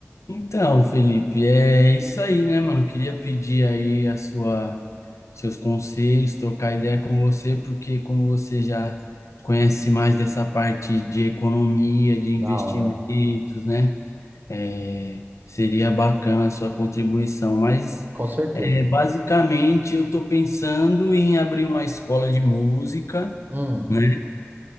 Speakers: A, on the left; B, on the right.
A: Então, Felipe, é isso aí, né, mano? Queria pedir aí a sua, seus conselhos, trocar ideia com você, porque como você já conhece mais dessa parte de economia, de
B: Da
A: investimentos,
B: hora,
A: né? É, seria bacana a sua contribuição, mas
B: com certeza.
A: é, basicamente eu estou pensando em abrir uma escola de música.
B: Hum,
A: né?